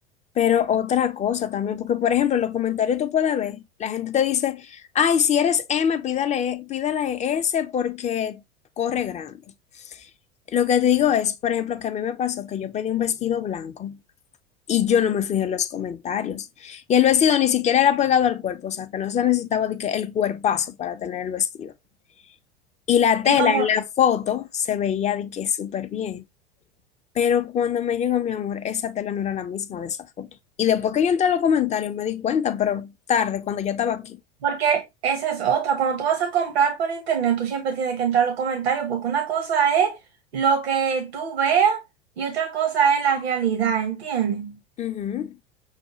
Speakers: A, on the left (about 20°); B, on the right (about 70°).
A: Pero otra cosa también, porque por ejemplo, en los comentarios tú puedes ver, la gente te dice, ay, si eres M, pídale, pídale S porque corre grande. Lo que te digo es, por ejemplo, que a mí me pasó que yo pedí un vestido blanco y yo no me fijé en los comentarios. Y el vestido ni siquiera era pegado al cuerpo, o sea, que no se necesitaba de que el cuerpazo para tener el vestido. Y la
B: Y
A: tela
B: como
A: en la foto se veía de que súper bien. Pero cuando me llegó mi amor, esa tela no era la misma de esa foto. Y después que yo entré a los comentarios me di cuenta, pero tarde, cuando ya estaba aquí.
B: Porque esa es otra. Cuando tú vas a comprar por internet, tú siempre tienes que entrar a los comentarios, porque una cosa es lo que tú veas y otra cosa es la realidad, ¿entiendes?
A: Ujú.